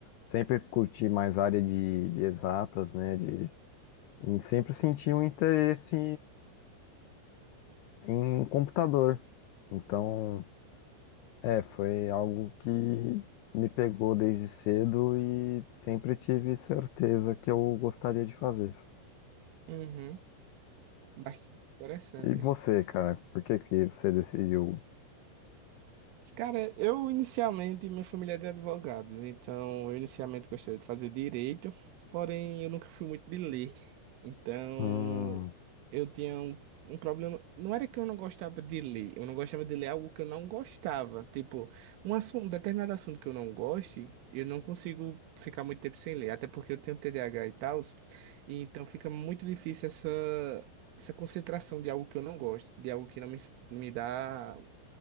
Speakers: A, on the left; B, on the right.
A: sempre curti mais área de, de exatas, né? De, e sempre senti um interesse em computador. Então, é, foi algo que me pegou desde cedo e sempre tive certeza que eu gostaria de fazer.
B: Uhum. Bastante interessante.
A: E você, cara, por que que você decidiu?
B: Cara, eu inicialmente, minha família é de advogados, então eu inicialmente gostaria de fazer direito, porém eu nunca fui muito de ler. Então
A: Hum,
B: eu tinha um, um problema. Não era que eu não gostava de ler, eu não gostava de ler algo que eu não gostava. Tipo, um assunto, um determinado assunto que eu não goste, eu não consigo ficar muito tempo sem ler, até porque eu tenho TDAH e tal, e então fica muito difícil essa. Essa concentração de algo que eu não gosto, de algo que não me, me dá